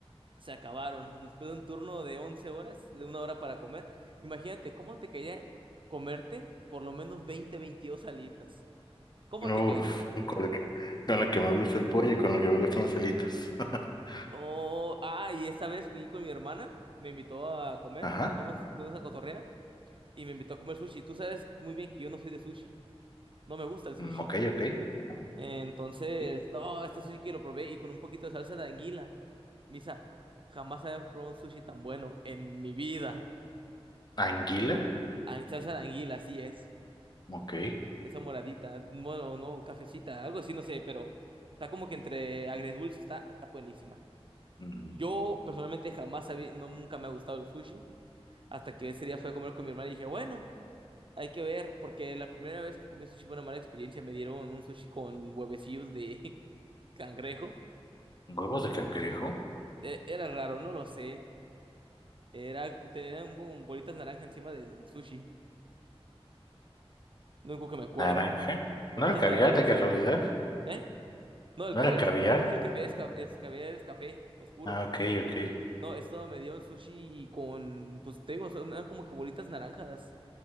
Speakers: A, on the right; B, on the left.
A: Se acabaron. Después de un turno de 11 horas, de una hora para comer, imagínate cómo te caería comerte por lo menos 20 22 alitas. ¿Cómo
B: Uf,
A: te caería?
B: con lo que, con lo que me gusta el pollo y con lo que me gustan las alitas. <laughs>
A: No, ah, y esta vez fui con mi hermana, me invitó a comer
B: Ajá,
A: y estábamos, fuimos a cotorrear y me invitó a comer sushi. Tú sabes muy bien que yo no soy de sushi, no me gusta el sushi.
B: Mm, ok, ok. Bueno,
A: Entonces,
B: sí.
A: no, este sushi que lo probé y con un poquito de salsa de anguila. Misa, jamás había probado un sushi tan bueno en mi vida.
B: Anguila,
A: Ah, En salsa de anguila, así es,
B: ok.
A: de esa moradita, bueno, no, cafecita, algo así, no sé, pero está como que entre agridulce, está, está buenísima.
B: Mm,
A: Yo personalmente jamás había, no, nunca me ha gustado el sushi. Hasta que ese día fui a comer con mi hermana y dije, bueno, hay que ver, porque la primera vez que comí sushi fue una mala experiencia. Me dieron un sushi con huevecillos de <laughs> cangrejo.
B: Huevos de cangrejo,
A: Eh, era raro, no lo sé. Era, tenían un- bolitas naranja encima del sushi. Lo único que me acuerdo.
B: naranja.
A: Bolitas
B: ¿No era caviar
A: naranjas.
B: de casualidad?
A: ¿Eh? No, el
B: ¿No
A: caviar
B: era caviar?
A: es, <laughs> el caviar es, ca- es- caviar es café oscuro.
B: Ah, ok, ok.
A: No, esto me dio un sushi con, pues te digo, son- eran como que bolitas naranjas.